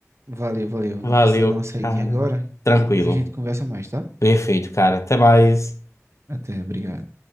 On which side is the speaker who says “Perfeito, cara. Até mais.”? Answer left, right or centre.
Left